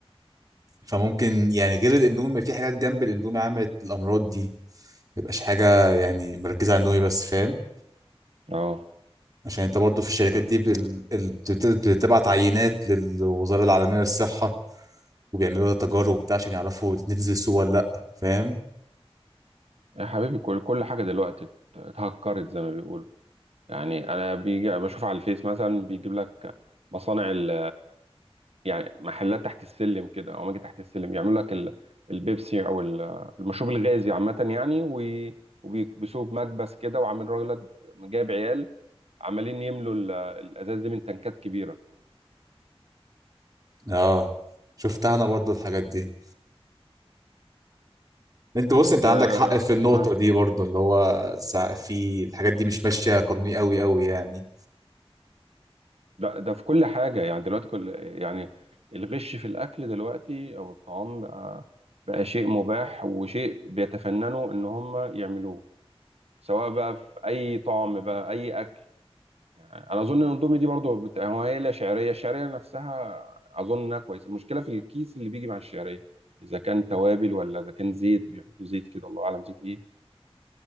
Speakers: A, on the right (about 35°); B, on the right (about 75°).
A: فممكن يعني غير الاندومي في حاجات جنب الاندومي عملت الامراض دي ميبقاش حاجة يعني مركزة على النوي بس فاهم
B: اه
A: عشان انت برضو في الشركات دي بال... ال- بت- بتبعت عينات للوزارة العالمية للصحة وبيعملوا لها تجارب وبتاع عشان يعرفوا تنزل السوق ولا لأ فاهم
B: يا حبيبي كل كل حاجه دلوقتي ات- اتهكرت زي ما بيقولوا يعني انا بيجي بشوف على الفيس مثلا بيجيب لك مصانع ال يعني محلات تحت السلم كده او اماكن تحت السلم يعملوا لك ال- البيبسي او ال- المشروب الغازي عامه يعني وي- وبيكبسوه بمكبس كده وعامل راجل جايب عيال عمالين يملوا ال- الازاز دي من تنكات كبيره
A: اه شفتها انا برضو الحاجات دي انت بص
B: بس
A: انت عندك حق في النقطة
B: اه
A: دي برضو اللي هو سع- في الحاجات دي مش ماشية قانوني قوي قوي يعني
B: ده ده في كل حاجة يعني دلوقتي كل يعني الغش في الأكل دلوقتي أو الطعام بقى بقى شيء مباح وشيء بيتفننوا إن هم يعملوه سواء بقى في أي طعم بقى أي أكل يعني أنا أظن إن الأندومي دي برضه بت... هو هي لا شعرية الشعرية نفسها أظن إنها كويسة المشكلة في الكيس اللي بيجي مع الشعرية إذا كان توابل ولا إذا كان زيت بيحطوا زيت كده الله أعلم زيت إيه